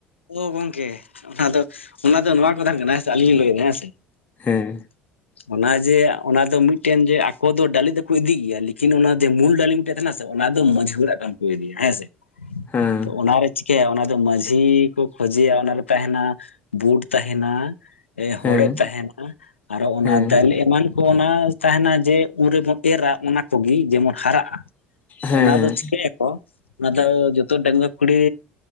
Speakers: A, on the left; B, on the left.
A: ᱚ ᱜᱚᱝᱠᱮ ᱚᱱᱟ ᱫᱚ ᱚᱱᱟ ᱫᱚ ᱱᱚᱣᱟ ᱠᱟᱛᱦᱟ ᱠᱟᱱᱟ ᱦᱸ ᱟᱹᱞᱤᱧ ᱞᱤᱧ ᱞᱟᱹᱭᱮᱫᱟ ᱦᱮᱸ ᱥᱮ
B: ᱦᱮᱸ
A: ᱚᱱᱟ ᱡᱮ ᱚᱱᱟ ᱫᱚ ᱢᱤᱫᱴᱮᱱ ᱡᱮ ᱟᱠᱚ ᱫᱚ ᱰᱟᱹᱞᱤ ᱫᱚᱠᱚ ᱤᱫᱤ ᱜᱮᱭᱟ ᱞᱮᱠᱤᱱ ᱚᱱᱟ ᱡᱮ ᱢᱩᱞ ᱰᱟᱹᱞᱤ ᱢᱤᱫᱴᱮᱱ ᱛᱟᱦᱮᱱᱟ ᱥᱮ ᱚᱱᱟ ᱫᱚ ᱢᱟᱺᱡᱷᱤᱦᱟᱨᱟᱼᱜ ᱠᱟᱱᱟ᱾ ᱠᱚ ᱤᱫᱤᱭᱟ ᱦᱮᱸᱥᱮ
B: ᱦᱮᱸ
A: ᱛᱚ ᱚᱱᱟᱨᱮ ᱪᱤᱠᱟᱹᱭᱟ ᱚᱱᱟ ᱫᱚ ᱢᱟᱺᱡᱷᱤ ᱠᱚ ᱠᱷᱚᱡᱮᱭᱟ ᱚᱱᱟᱨᱮ ᱛᱟᱦᱮᱱᱟ ᱵᱩᱴ ᱛᱟᱦᱮᱱᱟ ᱮ ᱦᱚᱲᱮ
B: ᱦᱮᱸ
A: ᱛᱟᱦᱮᱱᱟ ᱟᱨᱚ ᱚᱱᱟ
B: ᱦᱮᱸ
A: ᱫᱟᱹᱞᱮ ᱮᱢᱟᱱ ᱚᱱᱟ ᱛᱟᱦᱮᱱᱟ ᱡᱮ ᱩᱱᱨᱮᱵᱚᱱ ᱮᱨᱟ ᱚᱱᱟ ᱠᱚᱜᱮ ᱡᱮᱢᱚᱱ ᱦᱟᱨᱟᱜᱼᱟ᱾
B: ᱦᱮᱸ
A: ᱚᱱᱟ ᱫᱚ ᱪᱤᱠᱟᱹᱭᱟᱠᱚ ᱚᱱᱟ ᱫᱚ ᱡᱚᱛᱚ ᱰᱟᱝᱜᱩᱟᱹ ᱠᱩᱲᱤ